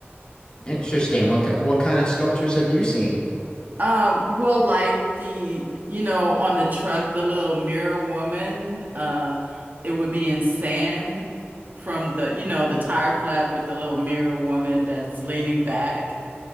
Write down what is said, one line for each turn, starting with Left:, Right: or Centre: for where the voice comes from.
Left: Interesting. What, ki- what kind of sculptures have you seen?
Right: Um, well, like the, you know, on the truck, the little mirror woman, uh, it would be in sand from the, you know, the tire flap with the little mirror woman that's leaning back.